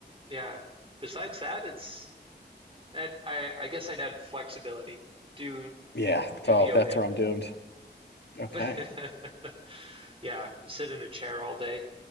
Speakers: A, on the right; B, on the left.
A: yeah. Besides that, it's i I, guess I'd add flexibility. Do
B: Yeah.
A: do
B: Oh,
A: yoga.
B: that's where I'm doomed. Okay.
A: <laughs> yeah, sit in a chair all day.